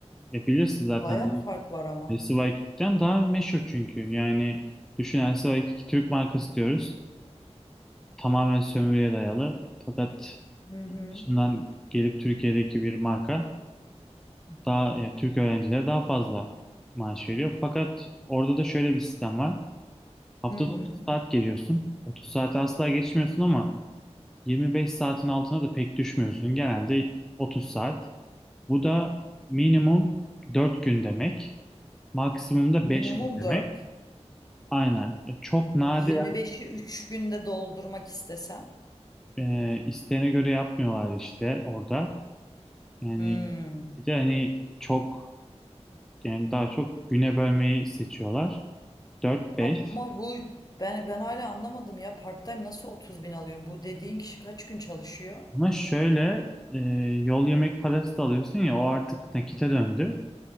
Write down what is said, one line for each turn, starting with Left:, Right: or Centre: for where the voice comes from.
Centre: E bilirsin zaten
Left: bayağı fark var ama.
Centre: El Sıva 22'den daha meşhur çünkü. Yani düşün El Sıva 22 Türk markası diyoruz. Tamamen sömürüye dayalı. Fakat
Left: Hı hı.
Centre: dışından gelip Türkiye'deki bir marka daha ya Türk öğrencilere daha fazla maaş veriyor. Fakat orada da şöyle bir sistem var. Haftada
Left: Hı hı.
Centre: 30 saat geliyorsun. 30 saati asla geçmiyorsun ama 25 saatin altına da pek düşmüyorsun. Genelde 30 saat. Bu da minimum 4 gün demek. Maksimum da
Left: Minimum
Centre: 5 gün demek.
Left: 4.
Centre: Aynen. E, Çok nadiren
Left: 25'i 3 günde doldurmak istesem.
Centre: e, isteğine göre yapmıyorlar işte orada. Yani
Left: Hmm.
Centre: bir de hani çok yani daha çok güne bölmeyi seçiyorlar. 4-5.
Left: Ama bu ben ben hala anlamadım ya part-time nasıl 30 bin alıyor? Bu dediğin kişi kaç gün çalışıyor?
Centre: Ama şöyle e, yol yemek parası da alıyorsun ya o artık nakite döndü.